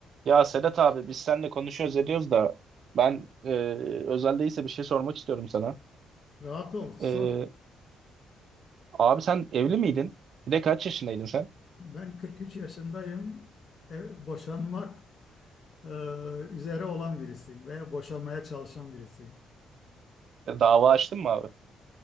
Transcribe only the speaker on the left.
Rahat ol, sor.
Ben 43 yaşındayım. E, boşanmak e, üzere olan birisiyim veya boşanmaya çalışan birisiyim.